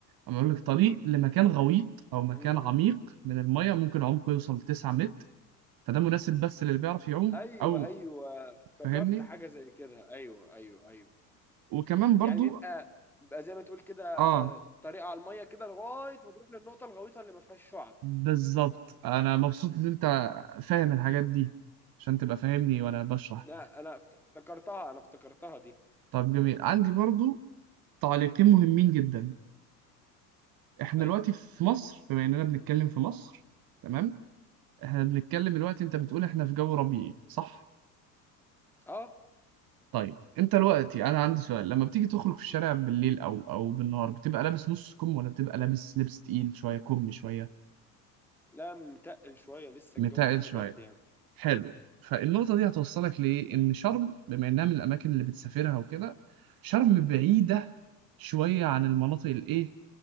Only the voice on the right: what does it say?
معمول لك طريق لمكان غويط أو مكان
عميق من المية ممكن عمقه يوصل لتسعة متر فده مناسب بس للي بيعرف يعوم
أو
فاهمني
وكمان برضو
اه
بالظبط انا مبسوط ان انت فاهم الحاجات دي عشان تبقى فاهمني وانا بشرح
طب جميل عندي برضو تعليقين مهمين جدا احنا
دلوقتي في مصر بما اننا بنتكلم في مصر تمام احنا بنتكلم دلوقتي انت بتقول احنا في جو ربيعي صح
طيب انت دلوقتي انا عندي سؤال لما بتيجي تخرج في الشارع بالليل او او بالنهار بتبقى لابس نص كم ولا بتبقى لابس لبس تقيل شويه كم شويه
متقل
شويه
حلو فالنقطة دي هتوصلك لإيه؟ إن شرم بما إنها من الأماكن اللي بتسافرها وكده شرم بعيدة شوية عن المناطق الإيه؟